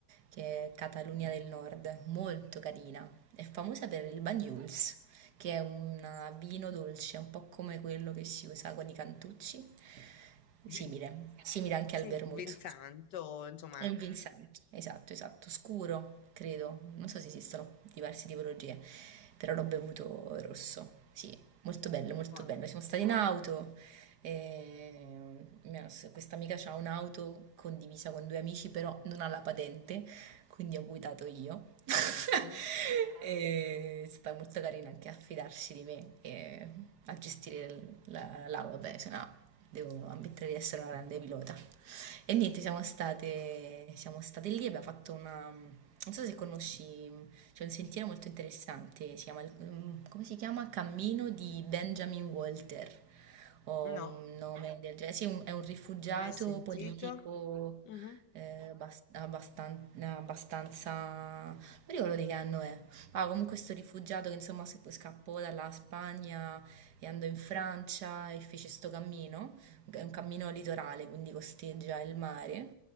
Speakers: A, on the right; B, on the left.
A: che è Catalunya del Nord, molto carina. È famosa per il Banyuls, che è un vino dolce, un po' come quello che si usa con i cantucci,
B: Mhm.
A: simile, simile anche
B: Sì,
A: al vermouth.
B: Vinsanto, insomma.
A: È un Vincent, esatto, esatto, scuro, credo. Non so se esistono diverse tipologie, però l'ho bevuto rosso. Sì, molto bello, molto
B: qua.
A: bello. Siamo stati in auto. e mia- Questa amica ha un'auto condivisa con due amici, però non ha la patente, quindi ho guidato io. <laughs>
B: Mhm.
A: E È stata molto carina anche a fidarsi di me e a gestire l- la- l'auto. Beh, se no, devo ammettere di essere una grande pilota. E niente, siamo state, siamo state lì, abbiamo fatto una... Non so se conosci, c'è un sentiero molto interessante, si chiama, il- mm, come si chiama? Cammino di Benjamin Walter, o
B: No,
A: un nome del genere. Sì, un- è un rifugiato
B: mai sentito.
A: politico
B: Mhm.
A: eh, abbast- abbastan- abbastanza... Non mi ricordo di che anno è. Ah, comunque sto rifugiato che insomma scappò dalla Spagna e andò in Francia e fece sto cammino è un cammino litorale, quindi costeggia il mare e